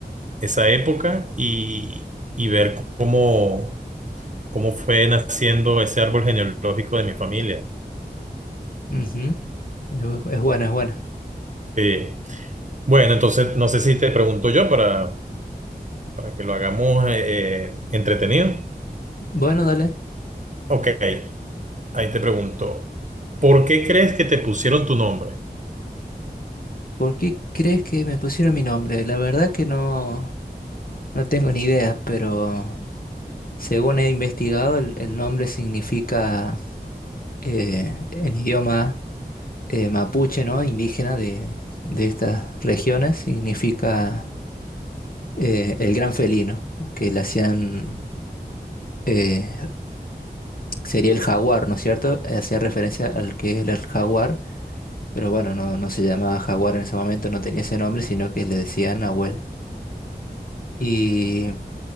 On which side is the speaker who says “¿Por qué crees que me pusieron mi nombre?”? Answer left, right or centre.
Left